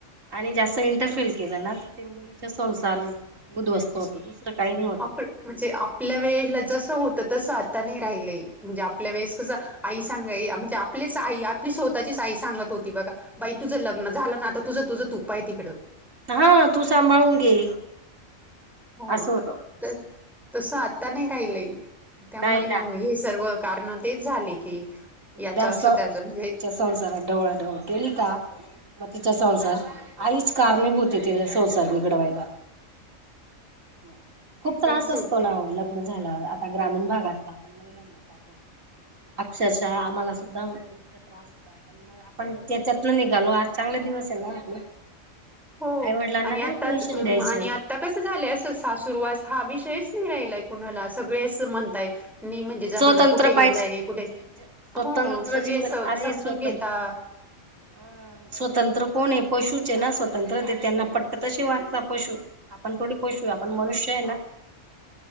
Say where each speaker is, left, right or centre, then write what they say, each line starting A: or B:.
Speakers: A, on the right; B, in the centre.
A: आणि जास्त इंटरफेल केल ना तर ते मुलीचा संसार उद्धवस्त होतो. दुसरं काही नाही होत
B: आपन म्हणजे आपल्या वेळेला जस होतं तस आता नाही राहिलंय! म्हणजे आपल्या वेळेस कस आई सांगा म्हणजे आपलीच आई आपली स्वतःचीच आई सांगत होती बघा. बाई तुझं लग्न झालं ना आता तुझं तुझं तू पाही तिकडं,
A: हा तू सांभाळून घे,
B: हो
A: असं होत.
B: तर तस आता नाही राहीलय, त्यामुळे
A: नाही ना
B: मग हे सर्व कारण तेच झाले की? याचं
A: ते अस
B: असं
A: त्याच्या
B: त्याचं म्हणजे
A: संसारात ढवळा ढवळ केली का? म तिचा संसार आईच कारणेभूत तिचा संसार बिघडवायला! हम्, खूप त्रास
B: तेच
A: असतो
B: होते
A: ना ओ लग्न झाल्यावर आता ग्रामीण भागात आपण महिलांना पाहतो. अक्षरशः आम्हाला सुद्धा इतक त्रास, आपण त्याच्यातन निघालो आज चांगले दिवस आहे ना आपले.
B: हो
A: आईवडिलांना
B: आणि
A: काय
B: आताच
A: पेन्शन
B: म
A: द्यायचं!
B: आणि आता कसं झालंय असं सासुरवास हा विषयच नाही राहीला, कुणाला सगळेच म्हणताय मी म्हणजे जमाना
A: स्वतंत्र
B: कुठे गेलाय
A: पाहिजे
B: कुठे!
A: म्हणजे स्वतंत्र
B: हो सगळे
A: जीवन
B: स
A: अरे
B: समजून
A: स्वतंत्र
B: घेता!
A: अ स्वतंत्र कोण आहे पशूचे ना स्वतंत्र ते त्यांना पटत तसे वागता पशू, आपण थोडी पशू हाय आपण मनुष्य आहे ना!